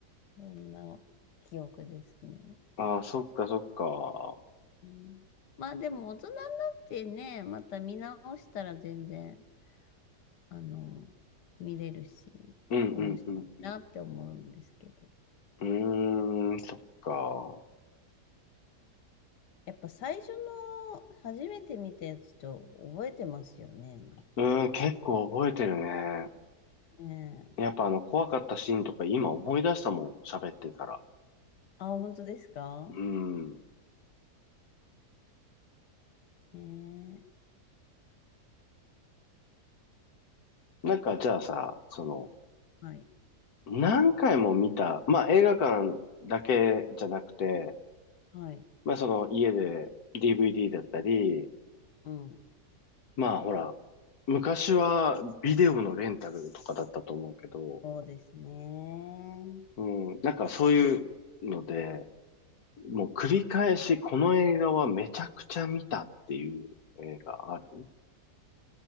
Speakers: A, on the left; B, on the left.
A: そんな記憶ですね。
B: ああ、そっかそっか。
A: うんまあでも大人になってね、また見直したら全然、あの、見れるし、
B: うんうんうんう
A: 面白いなって思うんですけど。
B: ん。うーん、そっか。
A: うんやっぱ最初の初めて見たやつと覚えてますよね、なんか。
B: うーん、結構覚えてるね。
A: ねえ。
B: やっぱあの、怖かったシーンとか今思い出したもん、喋ってたら。
A: あ、本当ですか
B: うん。
A: ねえ。
B: なんかじゃあさ、その、
A: はい。
B: 何回も見た、まあ映画館だけじゃなくて、
A: はい。
B: まあその家で DVD だったり、
A: うん。
B: まあほら、昔はビデオのレンタルとかだったと思うけど、
A: そうですね。
B: うん、なんかそういうので、もう繰り返しこの映画はめちゃくちゃ見たっていう映画ある。